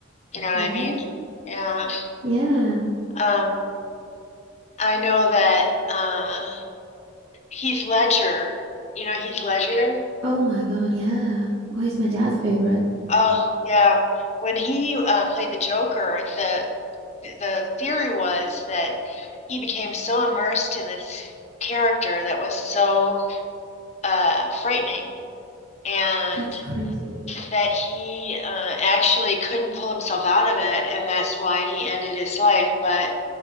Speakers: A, on the left; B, on the right.
A: You know what
B: Right?
A: I mean? Yeah.
B: Yeah.
A: Um, I know that uh Heath Ledger, you know Heath Ledger?
B: Oh my God, yeah. Well, he's my dad's favorite.
A: Oh, yeah. When he uh played the Joker, the the theory was that he became so immersed in this character that was so uh frightening and
B: That's crazy.
A: that he uh, actually couldn't pull himself out of it, and that's why he ended his life. But